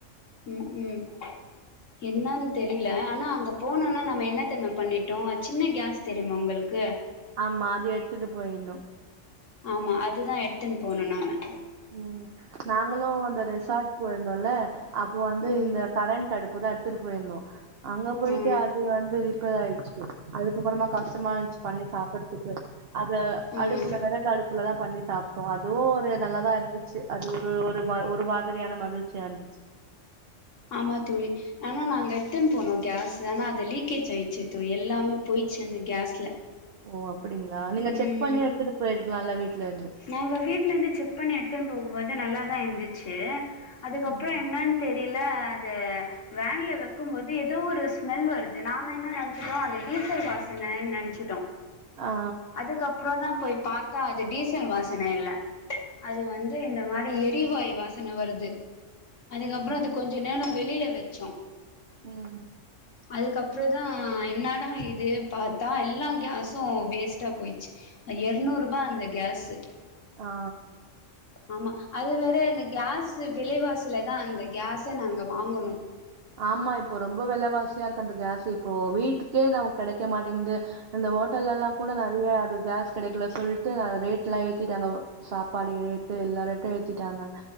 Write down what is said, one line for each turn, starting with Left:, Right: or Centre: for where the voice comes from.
Left: ம் ம் என்னன்னு தெரியல ஆனா அங்க போனோனா நம்ம என்ன தெரிமா பண்ணிட்டோ சின்ன கேஸ் தெரியுமா உங்களுக்கு
Right: ஆமா அது எடுத்துட்டு போயுனும்
Left: ஆமா அதுதா எத்துன்னு போனும் நாம
Right: ம் நாங்களும் அந்த ரெசார்ட் போயிருந்தோல அப்போ வந்து
Left: ம்
Right: இந்த கரண்ட் அடுப்பு எத்துட்டு போயிருந்தோ அங்க போயிட்டு
Left: ம்
Right: அது வந்து ரிப்பேர் ஆயிடுச்சு அதுக்கப்புறமா கஷ்டமா இருந்துச்சு பண்ணி சாப்பிடுதூக்கு அத
Left: ம்
Right: அடுப்புல வேற வெறகு அடுப்புல தா பண்ணி சாப்ட்டோ அதுவு ஒரு நல்லாதா இருந்துச்சு அது ஒரு ஒரு ஒரு மாதிரியான மகிழ்ச்சியா இருந்துச்சு
Left: ஆமா தோழி ஆனா நாங்க எட்டுன்னு போனோம் கேஸ் ஆனா அது லீக்கேஜ் ஆயிடுச்சு தோழி எல்லாமே போயிச்சு அந்த கேஸ்ல
Right: ஓ அப்டிங்களா நீங்க
Left: ம்
Right: செக் பண்ணி எடுத்துட்டு போயிருக்கலால வீட்ல இருந்து
Left: நாங்க வீட்ல இருந்து செக் பண்ணி எடுத்துன்ட்டு போகுபோது நல்லாதா இந்துச்சு அதுக்கப்புறம்
Right: ம்
Left: என்னன்னு தெரி ல அது வேன்ல வக்கும் போது ஏதோ ஒரு ஸ்மெல் வருது நாம என்ன நினைச்சட்டோம் அந்த டீசல் வாசனனு நினச்சிட்டோ
Right: ஆ
Left: அதுக்கப்பறம் தான் போய் பாத்தா அது டீசல் வாசன இல்ல அது வந்து இந்த மாரி எரிவாய் வாசன வருது அதுக்கப்றம்
Right: ம்
Left: அது கொஞ்ச நேர வெளில வ ச்சே
Right: ம்
Left: அதுக்ப்பற தா என் என்னாடா இது பாத்தா எல்லா கேஸு வேஸ்ட்டா போயிடுச்சு அ எர்நூர்பா அந்த கேஸு
Right: ஆ
Left: ஆமா அது வேற இந்த கேஸ் சு விலைவாசில தா அந்த கேசே நாங்க வாங்கனு
Right: ஆமா இப்போ ரொம்ப வெலவாசியாருக்கு அந்த கேஷூ இப்போ வீட்டுக்கே நம்க் கெடைக்க மாட்டேங்குது அந்த ஓட் டல்லலா கூட நறைய அது கேஸ் கெடைக்கல சொல்ட்டு ரேட்லா ஏத்திட்டாங்க சாப்பாடு ரேட்டு எல்லா ரேட்டு ஏத்திட்டாங்க